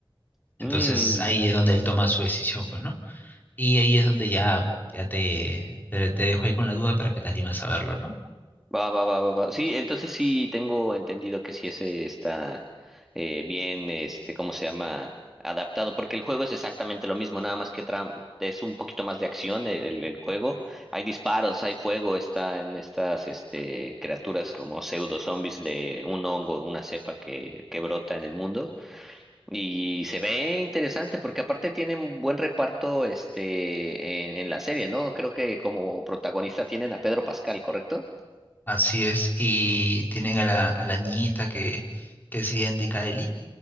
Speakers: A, on the left (about 20°); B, in the centre.
A: Entonces
B: Mm.
A: ahí es donde él toma su decisión, pues, ¿no? Y ahí es donde ya, ya te, te, te dejo ahí con la duda para que te animes a verlo, ¿no?
B: Va, va, va, va, va. Sí, entonces sí tengo entendido que sí ese está eh, bien, este, ¿cómo se llama? Adaptado, porque el juego es exactamente lo mismo, nada más que tra- es un poquito más de acción el, el- el juego. Hay disparos, hay fuego, están estas este, criaturas como pseudo zombies de un hongo, una cepa que, que brota en el mundo. Y se ve interesante porque aparte tienen buen reparto este, en en la serie, ¿no? Creo que como protagonista tienen a Pedro Pascal, ¿correcto?
A: Así es. Y tienen a la, a la niñita que, que es idéntica a Ellie.